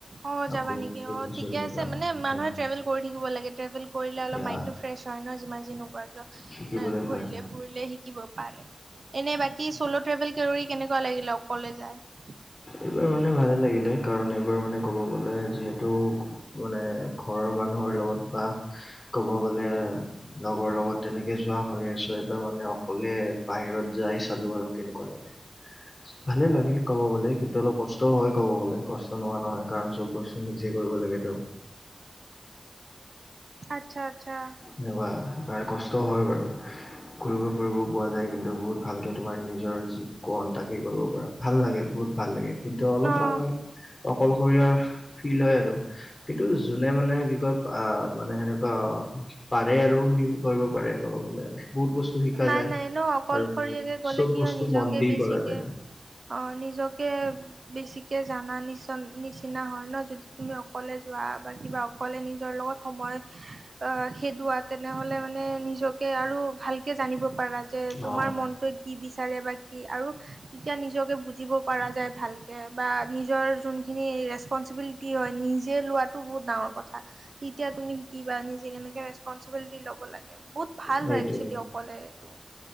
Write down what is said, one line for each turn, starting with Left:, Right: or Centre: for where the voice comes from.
Right: অ যাবা
Left: আকৌ
Right: নেকি
Left: ফুৰিব
Right: অ ঠিকে
Left: চুৰিব
Right: আছে
Left: যাম
Right: মানে
Left: এতিয়া
Right: মানুহে
Left: আকৌ
Right: ট্ৰেভেল কৰি থাকিব লাগে ট্ৰেভেল কৰিলে অলপ
Left: এয়া
Right: মাইণ্ডটো ফ্ৰেছ হয় ন যিমান যি নোকোৱৰাকিয়
Left: শিকিবলৈ
Right: ন ঘূৰিলে
Left: পায়।
Right: ফুৰিলে শিকিব পাৰে। এনে বাকী চল ট্ৰেভেল কেনেকুৱা লাগিলে অকলে যায়। <inaudible>
Left: এইবাৰ মানে ভালেই লাগিলে কাৰণ এইবাৰ মানে ক'ব গ'লে যিহেতু মানে ঘৰৰ মানুহৰ লগত বা ক'ব গ'লে লগৰ লগত তেনেকে যোৱা হৈ আছো। এইবাৰ মানে অকলে বাহিৰত যাই চালো আৰু কেনেকুৱা লাগে। ভালে লাগে ক'ব গ'লে কিন্তু অলপ কষ্টও হয়, ক'ব গ'লে কষ্ট নহোৱা নহয় কাৰণ চব বস্তু নিজে কৰিব লাগে ত।
Right: আচ্ছা আচ্ছা।
Left: এনেকুৱা কষ্ট
Right: উম,
Left: হয় বাৰু। ঘুৰি ফুৰিব পৰা যায় কিন্তু বহুত ভালকৈ তোমাৰ নিজৰ জী কণ তাকেই কৰিব পৰা ভাল লাগে বহুত। ভাল লাগে কিন্তু অলপমান
Right: অ'
Left: অকলশৰীয়া ফিল হয় আৰু কিন্তু যোনে মানে কি কয় মানে গ পাৰে আৰু সি কৰিব পাৰে ক'ব গ'লে বহুত বস্তু শিকা
Right: নাই
Left: যায়
Right: নাই ন অকলশৰীয়াকে
Left: আৰু
Right: গ'লে
Left: চব
Right: কিয়
Left: বস্তু
Right: নিজকে
Left: মন দি
Right: বেছিকে
Left: কৰা যায়
Right: অ নিজকে বেছিকে জানা নিচ নিচিনা হয় ন যদি তুমি অকলে যোৱা বা কিবা কলে নিজৰ লগত সময় আহ খেদোৱা তেনেহলে মানে নিজকে আৰু ভাল কে জানিব পাৰা যে তোমাৰ
Left: অ
Right: মনটোৱে কি বিচাৰে বা কি আৰু তেতিয়া নিজকে বুজিব পৰা যায় ভালকে বা নিজৰ যোনখিনি ৰেচপনঞ্চিবিল- কি হয় নিজে লোৱাটো বহুত ডাঙৰ কথা। তেতিয়া তুমি শিকিবা নিজে কেনেকে ৰেচপনঞ্চিবিলিটি লব লাগে। বহুত ভাল
Left: সেইটোৱে
Right: হয় একচুৱেলি অকলে এইটো।